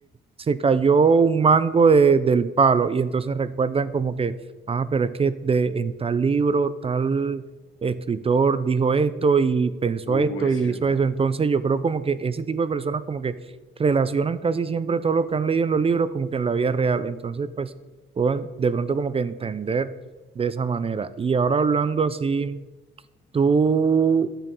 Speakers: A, on the right; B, on the left.
A: se cayó un mango de- del palo y entonces recuerdan como que, ah, pero es que de, en tal libro, tal escritor dijo esto y pensó
B: Uh,
A: esto
B: es
A: y
B: cierto.
A: hizo eso. Entonces yo creo como que ese tipo de personas como que relacionan casi siempre todo lo que han leído en los libros como que en la vida real. Entonces pues puedo de pronto como que entender de esa manera. Y ahora hablando así, ¿tú,